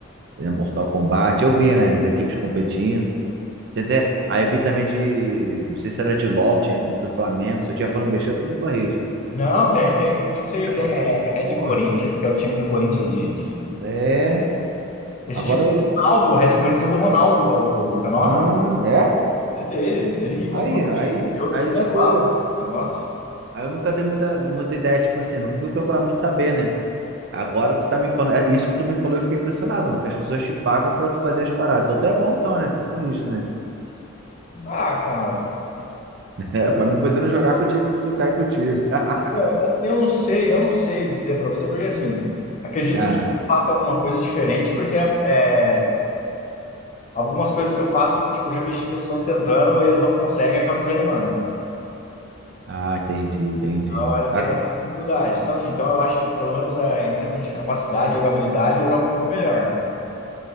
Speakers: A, on the right; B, on the left.
A: eh, Mortal Kombat. Eu via,
B: É.
A: né? As equipes competindo. Tem Até, aí eu vi também de, não sei se era de LoL, tinha a equipe do Flamengo. Se eu tinha falando besteira, tu me corrige.
B: Não, tem, tem, tem tudo isso aí.
A: Aí
B: Tem
A: eu
B: é,
A: falei, pô,
B: Red Corinthians, que é o time do Corinthians de, de...
A: é.
B: Esse
A: Agora,
B: time do Ronaldo, o Red Corinthians é do Ronaldo, o fenômeno.
A: ah, é?
B: É dele. Ele que comprou
A: Aí,
B: o
A: aí,
B: time, criou do
A: aí
B: zero
A: de boa.
B: lá, o negócio.
A: Aí eu nunca dei muita, muita ideia, tipo assim, nunca fui procurar muito saber, né? Agora tu tá me falando, é isso que tu me falou, eu fiquei impressionado, mano, que as pessoas te pagam pra tu fazer as paradas. Então tu é bom então, né? Tu é sinistro, né? <laughs>
B: Ah, cara.
A: É, pra mim podendo jogar
B: Eu,
A: contigo se eu cair contigo. <laughs>
B: Luciano, eu não sei, eu não sei dizer para você, porque assim, acredito
A: Ah,
B: que eu faça alguma coisa diferente, porque é, algumas coisas que eu faço, tipo, já vi pessoas tentando, eles não conseguem, e acabam desanimando.
A: ah, entendi, entendi.
B: Então, eles têm
A: Ah,
B: bastante dificuldade. Então, assim, então eu acho que, pelo menos é, em questão de capacidade, jogabilidade, eu jogo um pouco melhor.